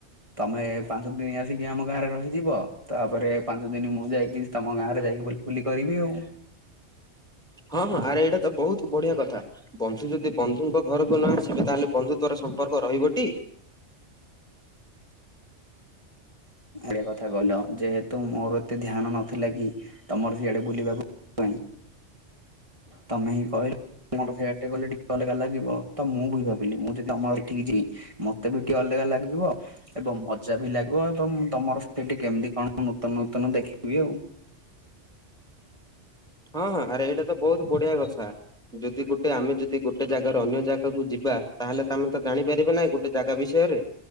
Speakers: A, on the right; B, in the centre.
A: ତମେ ପାଞ୍ଚ ଦିନ ଆସିକି ଆମ ଗାଁରେ ରହିଯିବ ତାପରେ ପାଞ୍ଚ ଦିନ ମୁଁ ଯାଇକି ତମ ଗାଁ ରେ ଯାଇକି ବୁଲି ବୁଲି କରିବି ଆଉ।
B: ହଁ ହଁ ଆରେ ଏଇଟା ତ ବହୁତ ବଢିଆ କଥା ବନ୍ଧୁ ଯଦି ବନ୍ଧୁଙ୍କ ଘରକୁ ନ ଆସିବେ ତାହେଲେ ବନ୍ଧୁ ତୋର ସମ୍ପର୍କ ରହିବଟି?
A: ଏଆ କଥା କହିଲ ଯେହେତୁ ମୋର ଏତେ ଧ୍ୟାନ ନଥିଲା କି ତମର ସିଆଡେ ବୁଲିବାକୁ ପାଇଁ ତମେ ହିଁ କହିଲ? ମୋର ସେଟେ ଗଲେ ଟିକେ ଅଲଗା ଲାଗିବ ତ ମୁଁ ବି ଭାବିଲି ମୁଁ ଯଦି ଆମ ଏଠିକି ଯିବି। ମତେ ବି ଟିକେ ଅଲଗା ଲାଗିବ ଏବଂ ମଜା ବି ଲାଗିବ ଏବଂ ତମର ସେଠିକେ କେମିତି କଣ ତ ନୂତନ ଦେଖିବି ଆଉ।
B: ହଁ ହଁ ଆରେ ଏଇଟା ତ ବହୁତ ବଢିଆ କଥା ଯଦି ଗୋଟେ ଆମେ ଯଦି ଗୋଟେ ଜାଗାର ଅନ୍ୟ ଜାଗା ପାଖକୁ ଯିବା ତାହଲେ ତ ଆମେ ତ ଜାଣିପାରିବ ନାଇଁ ଗୋଟେ ଜାଗା ବିଷୟରେ